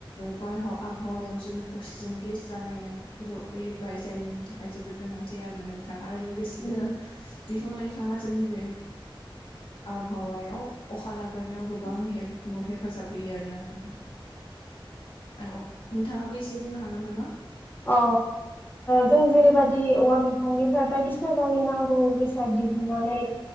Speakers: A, on the left; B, on the left.
A: बार आबहावायाव जों अक्सिजेन गेस जागाय जफैयोबाय जाय जनि थाखाय जोबोद गोनांथि आरोना नोंथाङा आरो लोगोसे
B: औ
A: बिदिनो बिफां लाइफाङा जोंनि बे आबहावायाव अखा लाबोनायाव गोबां हेफाजाब होयो आर ना औ नोंथाङा बोसे ए बुंनो हागोन नामा
B: औ ओ जों जेरैबायदि औवा बिफांनिफ्राय बायदिसिना गावनि नांगौ बेसाद दिहुननानै